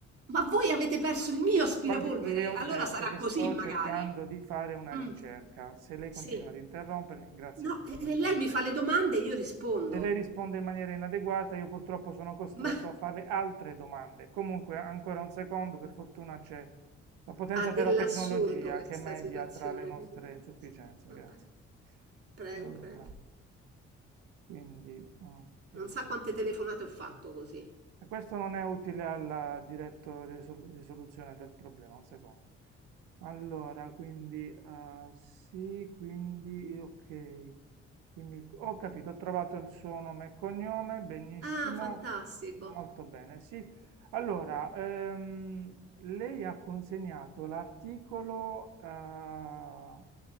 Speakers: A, on the right (about 45°); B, on the right (about 75°).
A: Ma voi avete perso il mio aspirapolvere?
B: guardi, le ho
A: Allora
B: detto
A: sarà
B: che
A: così,
B: sto
A: magari.
B: cercando di fare una ricerca.
A: Mm,
B: Se lei
A: sì.
B: continua ad interrompermi, grazie
A: No,
B: mille.
A: e-
B: Perfetto.
A: e lei mi fa le domande e io rispondo.
B: Se lei risponde in maniera inadeguata, io purtroppo sono costretto
A: Ma <laughs>
B: a farle altre domande. Comunque, ancora un secondo, per fortuna c'è la potenza
A: ha dell'assurdo
B: della tecnologia
A: questa
B: che media
A: situazione
B: tra le nostre
A: comunque.
B: insufficienze.
A: Sì, vabbè.
B: Grazie.
A: Prego,
B: Allora,
A: prego.
B: quindi, ok.
A: Non sa quante telefonate ho fatto così.
B: E questo non è utile alla diretta risol- risoluzione del problema, un secondo. Allora, quindi eh, sì, quindi ok. Quindi ho capito, ho trovato il suo nome e cognome, benissimo,
A: Ah, fantastico.
B: molto bene, sì. Allora, ehm, lei ha consegnato l'articolo, eh,